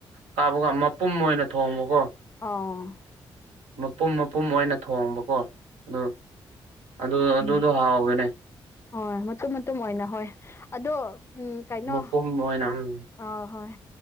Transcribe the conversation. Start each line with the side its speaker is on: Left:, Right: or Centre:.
Right: ꯀꯥꯞꯕꯒ ꯃꯄꯨꯝ ꯑꯣꯏꯅ ꯊꯣꯡꯕꯀꯣ
Left: ꯑ
Right: ꯄꯨꯝ ꯃꯄꯨꯝ ꯑꯣꯏꯅ ꯊꯣꯡꯕꯀꯣ ꯑꯗꯨ ꯑꯗꯨ ꯑꯗꯨꯗꯣ
Left: ꯎꯝ
Right: ꯍꯥꯎꯒꯅꯦ
Left: ꯍꯣꯏ ꯃꯇꯨꯝ ꯃꯇꯨꯝ ꯑꯣꯏꯅ ꯍꯣꯏ ꯑꯗꯣ ꯎꯝ ꯀꯥꯏꯅꯣ
Right: ꯃꯄꯨꯝ ꯑꯣꯏꯅ ꯎꯝ
Left: ꯑ ꯍꯣꯏ